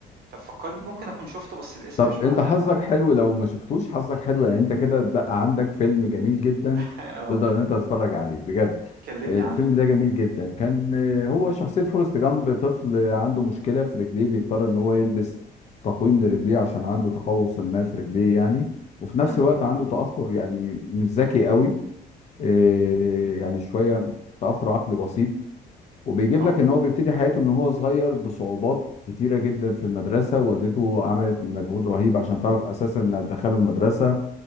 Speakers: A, on the right; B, on the left.
A: طب فكرني ممكن اكون شفته بس الاسم
B: طب
A: مش
B: انت
A: معلق
B: حظك
A: معايا
B: حلو لو ما شفتوش حظك حلو يعني انت كده بقى عندك فيلم جميل جدا
A: <laughs> اه
B: تقدر ان انت تتفرج عليه بجد
A: كلمني
B: الفيلم
A: عنه كده
B: ده جميل جدا كان آه، هو شخصية فورست جامب طفل عنده مشكلة في رجليه بيضطر ان هو يلبس تقويم لرجليه عشان عنده تقوس ما في رجليه يعني وفي نفس
A: مم.
B: الوقت عنده تأخر يعني مش ذكي قوي آه، يعني شوية تأخر عقلي بسيط وبيجيب
A: اه
B: لك ان هو بيبتدي حياته من هو صغير بصعوبات كتيره جدا في المدرسه والدته عملت مجهود رهيب عشان تعرف اساسا انها تدخله المدرسه